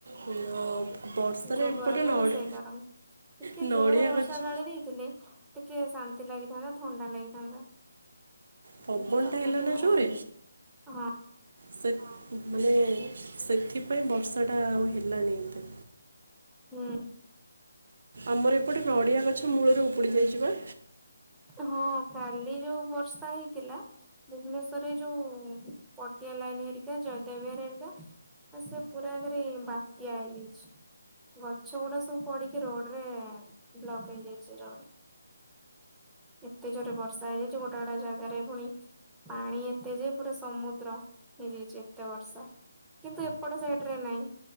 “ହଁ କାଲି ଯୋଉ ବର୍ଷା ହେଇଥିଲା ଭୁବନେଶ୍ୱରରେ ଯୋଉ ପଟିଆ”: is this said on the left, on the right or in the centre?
Centre